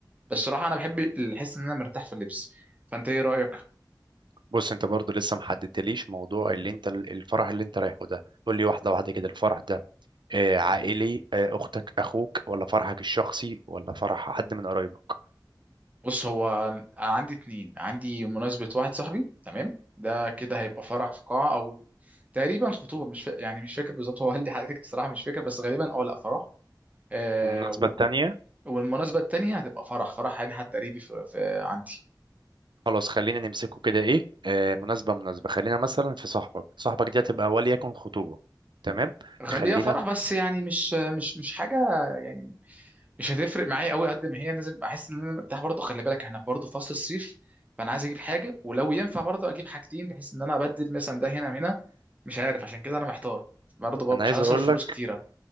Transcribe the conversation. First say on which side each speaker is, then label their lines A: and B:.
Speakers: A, on the right; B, on the right.
A: بس الصراحه انا بحب الحس ان انا مرتاح في اللبس فانت ايه رايك
B: بص انت برضو لسه محددتليش موضوع اللي انت الفرح اللي انت رايحه ده قول لي واحدة واحدة كده الفرح ده آه، عائلي آه، أختك أخوك ولا فرحك الشخصي ولا فرح حد من قرايبك
A: بص هو انا عندي اتنين عندي مناسبه واحد صاحبي تمام ده كده هيبقى فرح في قاعه او تقريبا خطوبه مش فا... يعني مش فاكر بالظبط هو قال لي حضرتك الصراحه مش فاكر بس غالبا اه لا فرح آه
B: والمناسبة التانية
A: والمناسبة التانية هتبقى فرح فرح يعني حد قريبي في, في عندي
B: خلاص خلينا نمسكه كده إيه آه، مناسبة مناسبة خلينا مثلا في صاحبك صاحبك دي هتبقى وليكن خطوبة تمام
A: خليها
B: خلينا
A: فرح
B: في...
A: بس يعني مش مش مش حاجة يعني مش هتفرق معايا قوي قد ما هي لازم احس ان انا مرتاح برضه خلي بالك احنا برضه في فصل الصيف فانا عايز اجيب حاجة ولو ينفع برضه اجيب حاجتين بحيث ان انا ابدل مثلا ده هنا وهنا مش عارف عشان كده انا محتار برضه برضه
B: أنا عايز
A: مش عايز
B: أقول
A: اصرف فلوس
B: لك
A: كتيرة